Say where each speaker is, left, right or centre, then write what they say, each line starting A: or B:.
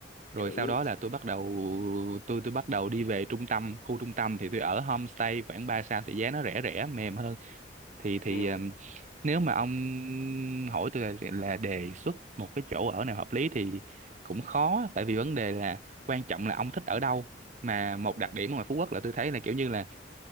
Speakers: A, on the right; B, on the left.
A: rồi
B: chữ
A: sau đó là tôi bắt đầu tôi tôi bắt đầu đi về trung tâm khu trung tâm thì tôi ở homestay khoảng 3 sao thì giá nó rẻ rẻ mềm hơn thì thì
B: ừ
A: um, nếu mà ông hỏi tôi là, là đề xuất một cái chỗ ở nào hợp lý thì cũng khó tại vì vấn đề là quan trọng là ông thích ở đâu mà một
B: à,
A: đặc điểm ở ngoài Phú Quốc là tôi thấy là kiểu như là